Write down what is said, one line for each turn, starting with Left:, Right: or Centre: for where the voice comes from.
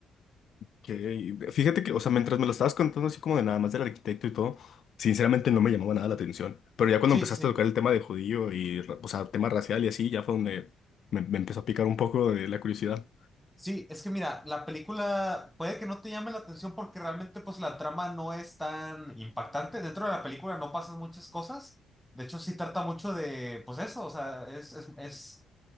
Left: Que, fíjate que, o sea, mientras me lo estabas contando así como de nada más del arquitecto y todo, sinceramente no me llamaba nada la atención. Pero ya cuando
Centre: Sí,
Left: empezaste
Centre: sí, sí.
Left: a tocar el tema de judío y, ra- o sea, tema racial y así, ya fue donde me, me empezó a picar un poco de la curiosidad.
Centre: Sí, es que mira, la película puede que no te llame la atención porque realmente pues la trama no es tan impactante. Dentro de la película no pasan muchas cosas. De hecho, sí trata mucho de, pues eso, o sea, es, es, es,